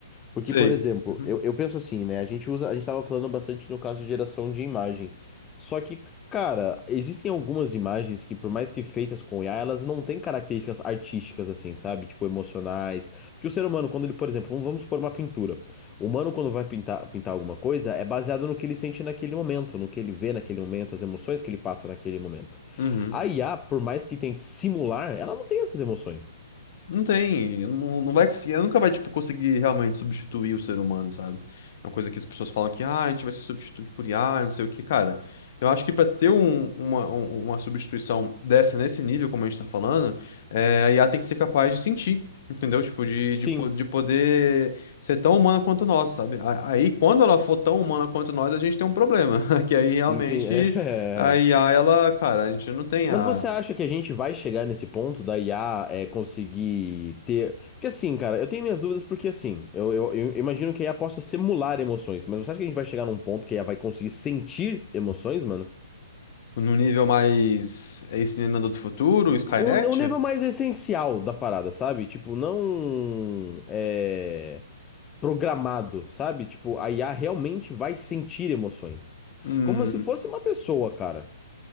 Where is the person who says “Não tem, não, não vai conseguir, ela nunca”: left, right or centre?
Left